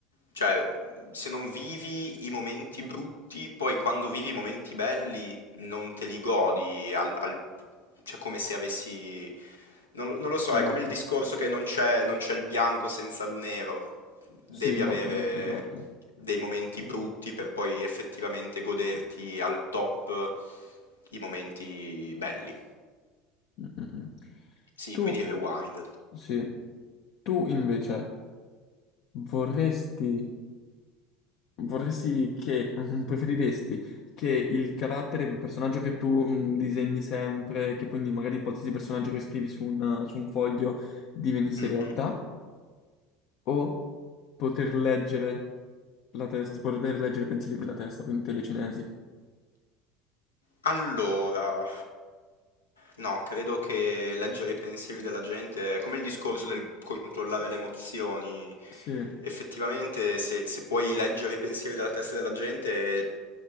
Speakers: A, on the left; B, on the left.
A: cioè, se non vivi i momenti brutti, poi quando vivi i momenti belli non te li godi, al, al- cioè come se avessi... Non, non lo so, è
B: Esatto.
A: come il discorso che non c'è non c'è il bianco senza il nero. Devi
B: Sì, no,
A: avere
B: esatto, esatto.
A: dei momenti brutti per poi effettivamente goderti al top i momenti belli.
B: Mm, mm, mm.
A: Sì,
B: Tu,
A: quindi il rewind.
B: sì, tu invece vorresti, vorresti che, <laughs> preferiresti che il carattere, il personaggio che tu mm, disegni sempre, che quindi magari qualsiasi personaggio che scrivi su un, su un foglio divenisse
A: Mhm.
B: realtà, o poter leggere la testa, poter leggere i pensieri della testa, quindi telecinesi?
A: Allora, No, credo che leggere i pensieri della gente è come il discorso del controllare le emozioni.
B: Sì,
A: Effettivamente, se, se puoi leggere i pensieri della testa della gente,